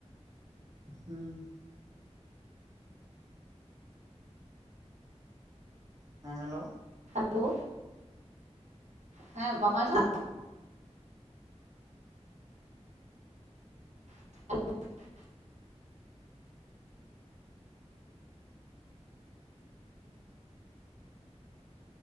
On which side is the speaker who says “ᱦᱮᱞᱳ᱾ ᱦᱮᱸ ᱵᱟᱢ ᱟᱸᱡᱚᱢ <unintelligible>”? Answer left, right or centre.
Right